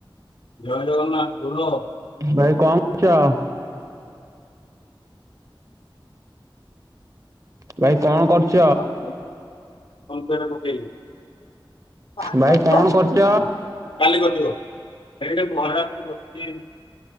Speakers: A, on the left (about 75°); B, on the right (about 35°).
A: ଜୟ ଜଗନ୍ନାଥ ବୋଲୋ।
B: ଭାଇ କଣ କରୁଚ? ଭାଇ କଣ କରୁଛ
A: ଫୋନ ପେ ରେ ପକେଇବି। <inaudible>
B: ଭାଇ କଣ କରୁଛ
A: କାଲି କଟିବ ସେଟେ ମହାରା ବସିଛି।